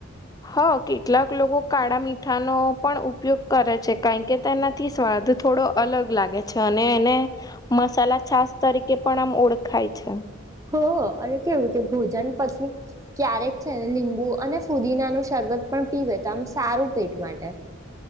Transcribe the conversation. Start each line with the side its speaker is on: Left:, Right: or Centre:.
Left: હા કેટલાક લોકો કાળા મીઠાનો પણ ઉપયોગ કરે છે કારણ કે તેનાથી સ્વાદ તો થોડો અલગ લાગે છે અને એને મસાલા છાસ તરીકે પણ આમ ઓળખાય છે
Right: હ અને કેવું કે ભોજન પછી ક્યારેક છે ને લીંબુ અને ફુદીના નું શરબત પણ પીવે તો આમ સારું પેટ માટે